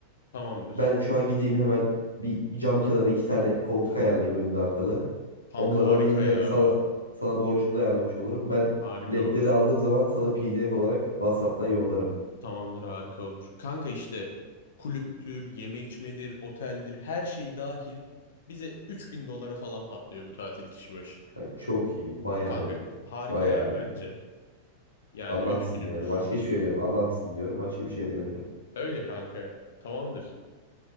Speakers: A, on the left; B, on the right.
A: Tamamdır.
B: Ben şu an gideyim hemen bir cam kenarı iki tane koltuk ayarlayayım önlü arkalı.
A: Kanka
B: Onları
A: harika
B: alayım hem
A: ya.
B: sana sana borcumu da ayarlamış olurum. Ben
A: Harika
B: biletleri
A: olur.
B: aldığım zaman sana PDF olarak WhatsApp'tan yollarım.
A: Tamamdır harika olur. Kanka işte kulüptür, yeme içmedir, oteldir her şey dahil bize 3000 dolara falan patlıyor bu tatil kişi başı.
B: Yani çok iyi, bayağı
A: Kanka
B: iyi.
A: harika
B: Bayağı
A: ya
B: iyi.
A: bence. Yani
B: Adamsın
A: 3 günümüz.
B: yani. Başka hiçbir şey demiyorum. Adamsın diyorum. Başka bir şey demiyorum.
A: Öyle kanka. Tamamdır.